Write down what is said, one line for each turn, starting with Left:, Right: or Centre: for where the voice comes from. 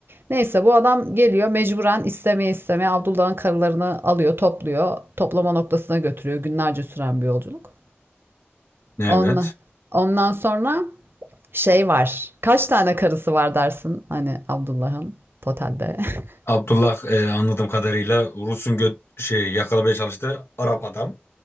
Right: Neyse bu adam geliyor mecburen istemeye istemeye Abdullah'ın karılarını alıyor, topluyor. Toplama noktasına götürüyor. Günlerce süren bir yolculuk.
Left: Evet.
Right: Ondan, ondan sonra şey var. Kaç tane karısı var dersin hani Abdullah'ın totalde. <laughs>
Left: Abdullah e, anladığım kadarıyla Rus'un göt şey yakalamaya çalıştığı Arap adam.